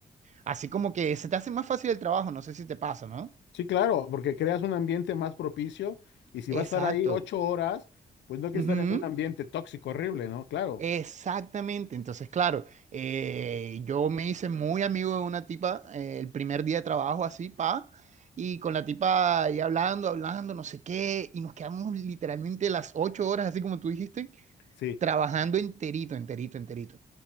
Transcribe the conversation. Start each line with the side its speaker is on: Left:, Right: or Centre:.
Right: así como que se te hace más fácil el trabajo, no sé si te pasa, ¿no?
Left: sí, claro, porque creas un ambiente más propicio y si
Right: Exacto.
Left: va a estar ahí ocho horas, pues no quiere
Right: Ujú.
Left: estar en un ambiente tóxico horrible, ¿no? Claro,
Right: Exactamente, entonces claro, eh, yo me hice muy amigo de una tipa eh, el primer día de trabajo así, pa, y con la tipa ahí hablando, hablando, no sé qué, y nos quedamos literalmente las ocho horas, así como tú dijiste,
Left: sí,
Right: trabajando enterito, enterito, enterito.